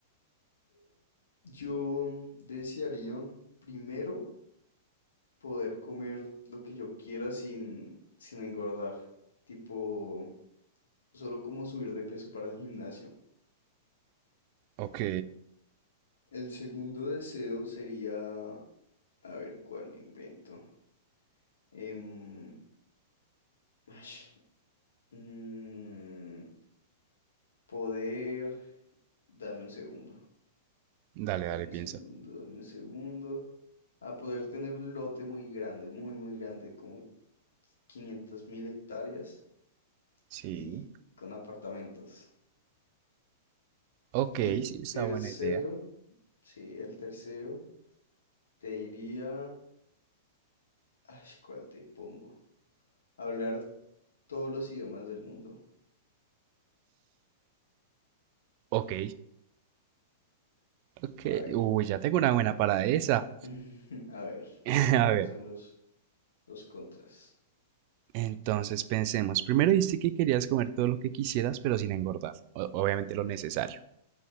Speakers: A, on the left; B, on the right.
A: Yo desearía primero poder comer lo que yo quiera sin, sin engordar, tipo solo como subir de peso para el gimnasio.
B: Ok,
A: El segundo deseo sería, a ver cuál me invento, Em, ash, mm, poder, dame un segundo,
B: dale,
A: dame
B: dale, piensa.
A: un segundo, dame un segundo, a poder tener un lote muy grande, muy, muy grande, como 500 mil hectáreas
B: Sí.
A: y con apartamentos.
B: Ok,
A: El
B: sí, está
A: tercero,
B: buena idea.
A: sí, el tercero, te diría... Ay, ¿cuál te pongo? Hablar todos los idiomas del mundo.
B: Ok, ok.
A: A ver,
B: Uy, ya tengo una buena para esa.
A: <laughs> a ver, dime
B: <laughs> A
A: cuáles
B: ver,
A: son los, los contras.
B: entonces pensemos. Primero dijiste que querías comer todo lo que quisieras, pero sin engordar. O- obviamente lo necesario.